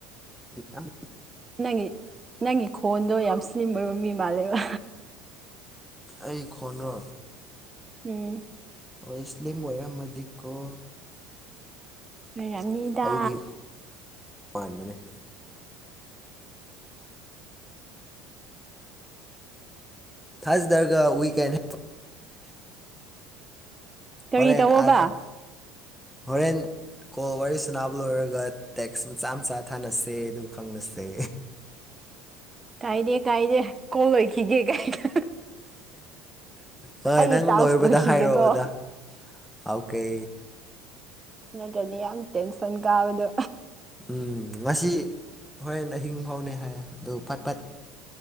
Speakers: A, in the centre; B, on the right.
A: ꯌꯥꯝ꯫
B: ꯅꯪꯒꯤ ꯅꯪꯒꯤ ꯈꯣꯟꯗꯣ ꯌꯥꯝ ꯁ꯭ꯂꯤꯝ ꯑꯣꯏꯕ ꯃꯤ ꯃꯥꯜꯂꯦꯕ꯫
A: ꯑꯩ ꯈꯣꯟꯗꯣ꯫
B: ꯎꯝ꯫
A: ꯍꯣꯏ ꯏꯁꯂꯤꯝ ꯑꯣꯏꯔꯝꯃꯗꯤꯀꯣ꯫
B: ꯀꯩꯔꯝꯅꯤꯗ꯫
A: ꯑꯩꯗꯤ ꯃꯥꯟꯕꯅꯦ꯫ ꯊꯥꯖꯗ꯭ꯔꯒ ꯋꯤ ꯀꯦꯟ꯫ <inaudible>
B: ꯀꯔꯤ
A: ꯍꯣꯔꯦꯟ
B: ꯇꯧꯋꯣꯕ
A: ꯑꯥꯗ ꯍꯣꯔꯦꯟ꯫ ꯀꯣꯜ ꯋꯥꯔꯤ ꯁꯥꯟꯅꯕ ꯂꯣꯏꯔꯒ ꯇꯦꯛꯁ ꯃꯆꯥ ꯃꯆꯥ ꯊꯥꯅꯁꯦ ꯑꯗꯨꯒ ꯈꯪꯂꯁꯦ꯫
B: ꯀꯥꯏꯗꯦ ꯀꯥꯏꯗꯦ ꯀꯣꯜ ꯂꯣꯏꯈꯤꯒꯦ ꯀꯥꯏꯗ꯫
A: ꯍꯣꯏ
B: ꯑꯩꯒꯤ
A: ꯅꯪ
B: ꯇꯥꯛꯁ
A: ꯂꯣꯏꯕꯗ
B: ꯂꯣꯏꯈꯤꯒꯦꯀꯣ
A: ꯍꯥꯏꯔꯛꯑꯣꯗ꯫ ꯑꯧꯀꯦ꯫
B: ꯅꯠꯇ꯭ꯔꯗꯤ ꯌꯥꯝ ꯇꯦꯟꯁꯟ ꯀꯥꯕꯗꯣ꯫
A: ꯎꯝ ꯉꯁꯤ ꯍꯣꯔꯦꯟ ꯑꯍꯤꯡ ꯐꯥꯎꯅꯤ ꯍꯥꯏꯌꯦ ꯑꯗꯨ ꯐꯠ ꯐꯠ꯫